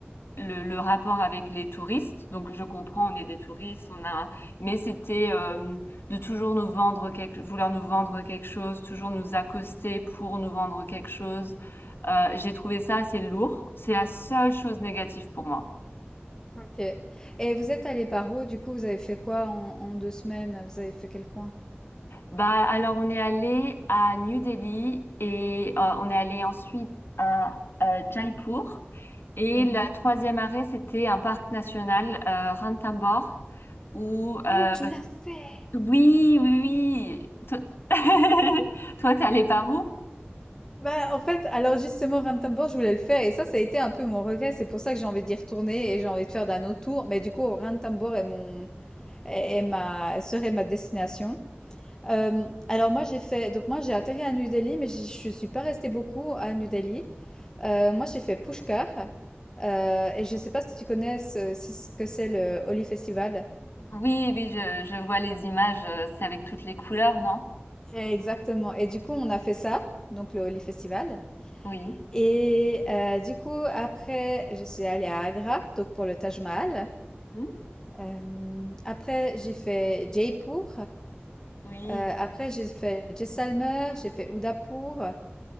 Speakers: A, on the left; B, on the left.
A: le, le rapport avec les touristes. Donc je comprends, on est des touristes, on a, mais c'était euh, de toujours nous vendre quelque, vouloir nous vendre quelque chose, toujours nous accoster pour nous vendre quelque chose. Euh, j'ai trouvé ça assez lourd. C'est la seule chose négative pour moi.
B: Ok. Et vous êtes allé par où? Du coup, vous avez fait quoi en, en deux semaines? Vous avez fait quel coin?
A: Bah alors on est allé à New Delhi et euh, on est allé ensuite à euh, Jaipur. Et
B: Mhm.
A: la troisième arrêt, c'était un parc national, euh, Ranthambore, où euh,
B: Oh, tu
A: parce
B: l'as fait!
A: Oui, oui, oui. Toi, <laughs> toi, t'es allé par où?
B: Bah, en fait, alors justement, Ranthambore, je voulais le faire et ça, ça a été un peu mon regret. C'est pour ça que j'ai envie d'y retourner et j'ai envie de faire d'un autre tour. Mais du coup, Ranthambore est mon, est, est ma, serait ma destination. Euh, alors moi, j'ai fait, donc moi, j'ai atterri à New Delhi, mais j'y- je suis pas restée beaucoup à New Delhi. Euh, moi, j'ai fait Pushkar. Euh, et je sais pas si tu connais ce, si ce que c'est le Holi Festival.
A: Oui, oui, je, je vois les images. euh, C'est avec toutes les couleurs, non?
B: Exactement et du coup, on a fait ça, donc le Holi Festival
A: Oui.
B: et heu, du coup, après, je suis allée à Agra, donc pour le Taj Mahal.
A: Hmm
B: Hem, après, j'ai fait Jaipur.
A: Oui.
B: Heu, après, j'ai fait Jaisalmer, j'ai fait Udaipur.